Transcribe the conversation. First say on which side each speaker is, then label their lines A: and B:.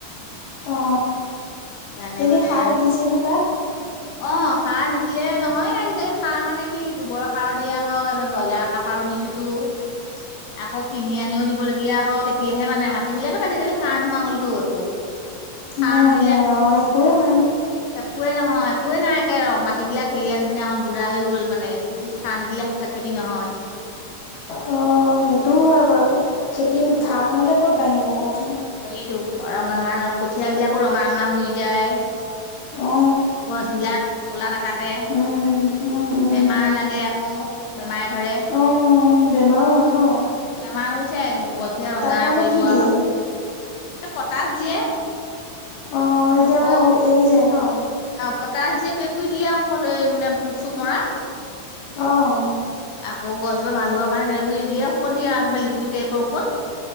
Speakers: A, on the left; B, on the left.
A: অ
B: সেইকাৰণে
A: এনে
B: মানে
A: সাৰ দিছেনে তাত
B: অ', সাৰ নিদিলে নহয় আজিকালি সাৰ মানে কি গোবৰৰ সাৰো দিয়া হয় এই ব্ৰইলাৰ সাৰো দিছোঁ।
A: উ <unintelligible>
B: আকৌ কিনি আনিও দিবলগীয়া হ তেতিয়াহে মানে মাটিবিলাকত আজিকালি ধাৰ় নোহোৱা হলতো একো খান
A: নাই
B: দিলে।
A: নাই অ একোৱে নাই
B: কোৱে নহয় কোৱ নাই একে ৰ মাটিবিলাক হেৰিয়া নিচিনা হ'ল বুঢ়া হৈ গল মানে খেতিত সাৰ নিদিলে খেতি নহয়।
A: অ', সেইটোও হয় বাৰু খেতি খাৰ নহ'লে ক'ত বাঢ়িব। কওকচোন
B: হেটো ৰঙা ধান কঠিয় বিলাকো ৰঙা ৰঙা হৈ যায়।
A: অ
B: গছবিলাক কলা নাকাটে।
A: উম উম উম
B: বেমাৰ লাগে আকৌ বেমাৰে ধৰে।
A: অ বেমাৰো হয় ন।
B: বেমাৰ হৈ যায় গছ পিলাক ৰঙা
A: তাৰ কাৰণে
B: পৰিব
A: কি
B: আৰু।
A: দিয়ে
B: এ পটাচ দিয়ে
A: অ', তেতিয়া
B: আকৌ
A: মানে এৰি যায় ন?
B: অ', কটাচ দিয়ে কেকবি দিয়ে অ এই মানে পোক চোক মৰা।
A: অহ,
B: আকৌ গছবোৰ ভাল হ'ব কাৰণে কিব কিবি দিয়েঔষধ দিয় আৰুিব লিকুইডটাইপৰ ঔষধ।